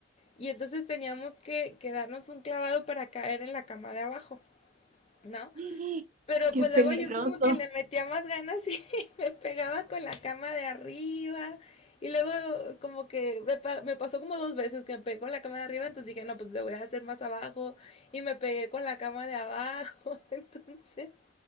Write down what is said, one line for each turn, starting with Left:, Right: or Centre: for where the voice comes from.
Left: y entonces teníamos que, que darnos un clavado para caer en la cama de abajo, ¿no?
Right: <gasps>
Left: Pero
Right: ¡Qué
Left: pues luego
Right: peligroso!
Left: yo como que le metía más ganas y <laughs> me pegaba con la cama de arriba. Y luego como que me, pa- me pasó como dos veces que me pegué con la cama de arriba, entonces dije, no, pues le voy a hacer más abajo. Y me pegué con la cama de abajo. <laughs> Entonces,